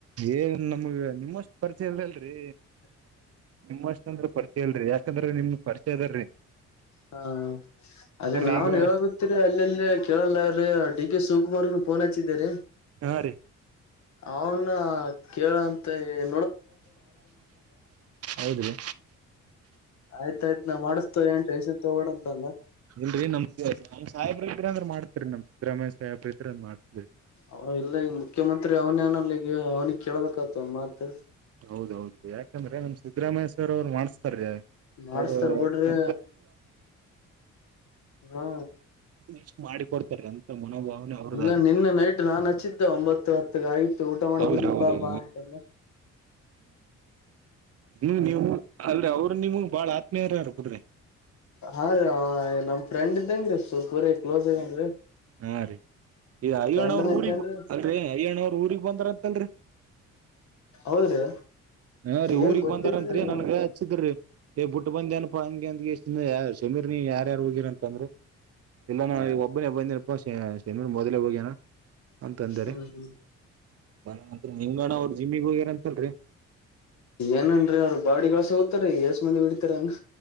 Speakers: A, on the right; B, on the left.
A: ಏನ್ ನಮ್ಗ ನಿಮ್ಮಷ್ಟು ಪರಿಚಯ ಇಲ್ಲ ಅಲ್ರಿ ನಿಮ್ಮಷ್ಟೊಂದ ಪರಿಚಯ ಇಲ್ರಿ ಯಾಕಂದ್ರೆ ನಿಮ್ಗ್ ಪರಿಚಯ ಅದರಿ
B: ಹಾ ಅದೇ ನಾವನ್
A: ಈಗ
B: ಹೇಳಬತ್ತೀರಿ ಅಲ್ಲೆಲ್ಲಿ ಕೇಳಲ್ಲ್ ಡಿ ಕೆ ಶಿವಕುಮಾರ್ ಫೋನ್ ಹಚ್ಚಿದ್ದರಿ
A: ಹಾ ರೀ
B: ಅವೌನ ಕೇಳಂತ ಹೇಳಿ
A: ಹೌದ್ರಿ
B: ಆಯ್ತಾಯ್ತ್ ನಾ ಮಾಡಸ್ತವ ಏನ್ ಟೆನ್ಷನ್ ತಗೋಬೇಡ ಅಂತಂದ
A: ಇಲ್ರಿ ನಮ ನ ಸಾಹಿಬ್ರ ಇಬ್ರಿ ಅಂದ್ರ ಮಾಡ ನ ಸಿದ್ದರಯ ಸಾಬ್ರ ಇದ್ರ್
B: ಅವ ಇಲ್ಲ ಈಗ ಮುಖ್ಯಮಂತ್ರಿ ಅವ್ನ ಅನಲ್ಲ ಈಗ ಅವ್ನಿ ಕೇಳಬೇಕತ ಮಾತ್
A: ಹೌದೌದು ಯಾಕಂದ್ರೆ ನಮ್ ಸಿದ್ದರಾಮೇಶ್ವರ್ ಅವ್ರು ಮಾಡ್ಸ್ತಾರ
B: ಮಾಡಸ್ತಾರ್
A: ಅ್ರ
B: ಬಿಡ್ರಿ
A: ಎ
B: ಹಾ
A: ಇಷ್ಟ್ ಮಾಡಿ ಕೊಡ್ತಾರೆ ಅಂತ ಮನೋಭಾವನೆ ಅವ್ರದ್ದ
B: ಇಲ್ಲ ನಿನ್ನ ನೈಟ್ ನಾನ್ ಹಚ್ಚಿದ್ದೆ ಒಂಬತ್ತು ಹತ್ತುಗ ಆಯತು ಊಟ ಮಾಡಟ
A: ಹೌದ್ರಿ
B: ಕು
A: ಹೌದ್ರಿ
B: ಪಾ ಬಾಲ್ಲ
A: ನೀವು ನೀವು ಅಲ್ರರಿ ಅವರು ನೀವು ಬಾಳ ಆತ್ಮೀಯರರ್ ಕುದ್ರಿ
B: ಹಾ ರೀ ನಮ್ ಫ್ರೆಂಡ್ ಇದ್ದಂಗ್ರೀ ಸ್ವಲ್ಪೂರಿ ಕ್ಲೋಸ್ ಆಗೇನ್ರಿ
A: ಹಾ ರೀ ಈಗ ಅಯ್ಯ್
B: ಫ್ರೆಂಡ್ನ
A: ಅವ್ರ ಊರಿಗೆ
B: ಐತೇನ್ರಿ
A: ಅ ಅಯ್ಯಾಣ್ ಅವ್ರ ಊರಿಗೆ ಬಂದ್ರ ಅಂತಲ್ರಿ
B: ಹೌದ್ರಿ
A: ಹಾ ರೀ
B: ಏನ್
A: ಊರಿಗೆ
B: ಗೊತ್ತಿಲ್ರಿ
A: ಬಂದಾರತ್ರಿ
B: ಹಾ
A: ನನ್ಗ ಹಚ್ಚಿದ್ರೀ ಬಿಟ್ಟ ಬಂದ ಏನಪಾ ಹಂಗೆ ಶಮೀರ್ ನೀ ಯಾರ ಯಾರ್ ಹೋಗಿರ ಅಂತಂದ್ರೆ ಇಲ್ಲ ನಾ ಈ ಒಬ್ಬನೇ ಬಂದ ಶಮ ಮೊದಲ ಹೋಗ ಅಂತಂದಾರೆ
B: ಹ್ಮ್ ಹ್ಮ್
A: ಮ ನಿಂಗಣ ಅವರು ಜಿಮ್ಮಿಗೆ ಹೋಗ್ಯಾರಂತ ಇಲ್ರಿ
B: ಏನನ್ರೀ ಅವ್ರು ಬಾಡಿ ಗಳಸ ಓರ ಎಷ್ಟ ಮಂದೆ ಹ ಬಿಡಿತಾರ ಅ